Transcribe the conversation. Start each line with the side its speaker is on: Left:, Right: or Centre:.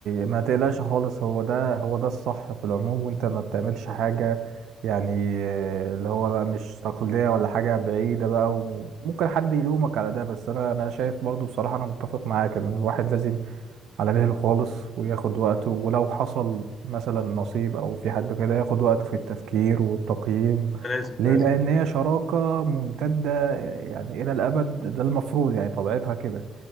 Right: ما تقلقش خالص هو ده هو ده الصح في العموم وانت ما بتعملش حاجه يعني آه، اللي هو بقى مش تقليديه ولا حاجه بعيده بقى وممكن حد يلومك على ده بس انا انا شايف برضو بصراحه انا متفق معاك ان الواحد لازم على مهله خالص وياخد وقته ولو حصل مثلا نصيب او في حد كده ياخد وقته في التفكير والتقييم
Left: ده لازم
Right: ليه
Left: لازم
Right: لان هي شراكة ممتدة يعني الى الابد ده المفروض يعني طبيعتها كده